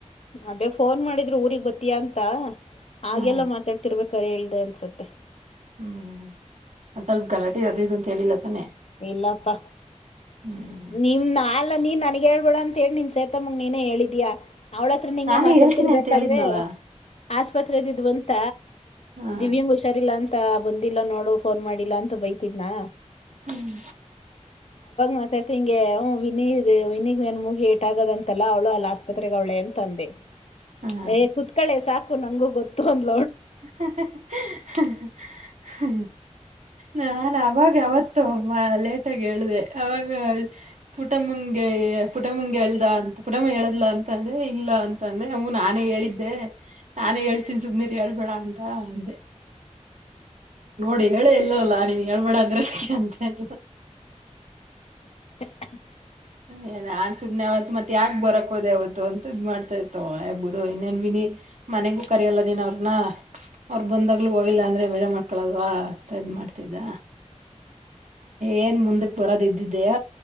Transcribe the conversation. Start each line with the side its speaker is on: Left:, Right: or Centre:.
Left: ಅದೇ ಫೋನ್ ಮಾಡಿದ್ರು ಊರಿಗೆಗ ಬತ್ತಿಯ ಅಂತ. ಹಾಗೆಲ್ಲಾ
Right: ಹ್ಮ್
Left: ಮಾತಾಡ್ತಿರ್ಬೇಕ. ಖರೆಲ್ದೆ ಅನ್ಸತ್ತೆ.
Right: ಹ್ಮ್ <unintelligible> ಗಲಾಟಿ ಅದು ಇದು ಅಂತ ಹೇಳಿಲ್ಲಾ ತಾನೆ.
Left: ಇಲ್ಲಪ್ಪಾ
Right: ಹ್ಮ್
Left: ನಿಮ ನಾಲ್ಲ ನೀನ್. ನನಗ್ ಹೇಳ್ಬೇಡ ಅಂತ ಹೇಳಿ ನಿಮ್ ಸೇತ ಮುಂಗ್ ನೀನೇ ಹೇಳಿದ್ಯಾ. ಅವ್ಳತ್ರ ನಿಂಗೆ
Right: ನಾನೇ
Left: ಮಾತರ್ತಿರ್ಬೇಕಾದ್ರೆ
Right: ಹೇಳ್ತೀನಿ ಅಂತ ಹೇಳಿದ್ನಲ್ಲ
Left: ಆಸ್ಪತ್ರರೆದ ಇದ್ ಬಂತ
Right: ಹಾ
Left: ದಿವ್ಯಾಂಗ ಹುಷಾರಿಲ್ಲಾ ಅಂತ. ತಾ ಬಂದಿಲ್ಲ ನೋಡು ಫೋನ್ ಮಾಡಿ. ಇಲ್ಲ ಅಂತ ಬೈತಿದ್ನಾ.
Right: ಹ್ಮ.
Left: ಮಾತಾಡ್ತಾ ಹಿಂಗೆ ಹು ವಿನಿ ವಿನಿಗ್ ಏನ್ ಮುಗಿ ಏಟಾಗಿದಂತಲ್ಲ ಅವಳು ಅಲ್ಲ ಆಸ್ಪತ್ರೆಗೆ ಅವ್ಳೇ ಅಂತ ಅಂದೆ.
Right: ಹಾ
Left: ಏ ಕೂತ್ಕೊಳ್ಳೆ ಸಾಕು. ನಂಗು ಗೊತ್ತು ಅಂದು.
Right: ಹಹಹ ಹ ಹ ನಾನ ಆವಾಗ ಯಾವತ್ತ. ತ್ ವಾ ಲೇಟಾಗಿ ಹೇಳ್ದೆ ಆವಾಗ ಪುಟಮುಂಗೆ ಪುಟಮುಂಗೆ ಹೇಳ್ದ ಅಂತ ಪುಟಮ ಹೇಳ್ದಲ ಅಂತ. ಅಂದ್ರೆ ಇಲ್ಲ ಅಂತಂದೆ ಹೂಂ ನಾ ನೆ ಹೇಳಿದ್ದೆ ನಾನೇ ಹೇಳ್ತಿನ್ ಸುಮ್ನಿರು ಬಿಡ್ಬೇಡ ಅಂತ ಅಂದೆ. ತ್ ಹೇಳೇ ಇಲ್ಲ್ವಲ್ಲಾ ನಿನಗ್ ಹೇಳ್ಬೇಡಾ ಅಂದ್ರೆ ಅಂತ ಇದ್ಲು.
Left: <unintelligible>
Right: ಏ ನಾನ್ ಸುಮ್ನೆ ಅವತ್ಮತ್ಯಾಕ್ ಬರಕ್ ಯಾಕೋದೆ ಅವತ್ತು ಅಂತ ಇದ್ ಮಾಡ್ತಾ ಇತ್ತು ಯ ಬಿಡು ಇನ್ನೇನ್ ವಿನಿ ಮನೆಗೂ ಕರಿಯಲ್ಲ ನೀನ್ ಅವ್ರನ ಅವ್ರು ಬಂದಾಗ್ಲು ಹೋಗಿಲ್ಲ ಅಂದ್ರೆ ಬೆಡ ಮಾಡ್ಕೊಳಲ್ವಾ ಅಂತ ಇದ್ ಮಾಡ್ತಿದ್ದ. ಏನ್ ಮುಂದಕ್ ಬರೋದ್ ಇದ್ದಿದ್ದಯ